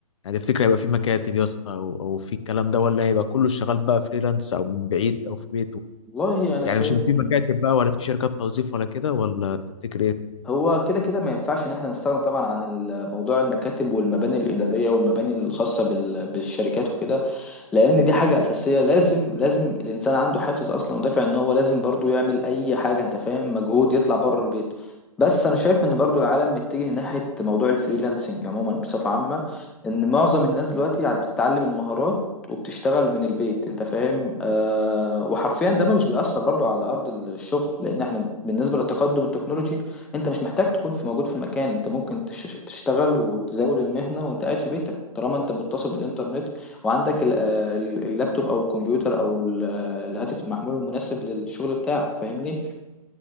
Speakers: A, on the left; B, in the centre.
A: يعني تفتكر هيبقى في مكاتب يا اسطى او او في الكلام ده ولا هيبقى كله شغال بقى فريلانس او من بعيد او في بيته
B: والله انا
A: يعني
B: شايف
A: مش هيبقى في
B: ان
A: مكاتب بقى ولا في شركات توظيف ولا كده ولا تفتكر ايه
B: هو كده كده ما ينفعش ان احنا نستغنى طبعا عن ال- موضوع المكاتب والمباني الإدارية والمباني الخاصة بال- بالشركات وكده لان دي حاجه اساسيه لازم لازم الانسان عنده حافز اصلا ودافع ان هو لازم برضو يعمل اي حاجه انت فاهم مجهود يطلع بره البيت بس انا شايف ان برضو العالم متجه ناحيه موضوع الفريلانسنج عموما بصفه عامه ان معظم الناس دلوقتي عاد بتتعلم المهارات وبتشتغل من البيت انت فاهم آه وحرفيا ده مش بيأثر برضو على ارض الشغل لان احنا بالنسبه للتقدم التكنولوجي انت مش محتاج تكون في موجود في المكان انت ممكن تش- تشتغل وتزاول المهنه وانت قاعد في بيتك طالما انت متصل بالانترنت وعندك ال- آه، ال- اللابتوب او الكمبيوتر او ال- آه، الهاتف المحمول المناسب للشغل بتاعك فاهمني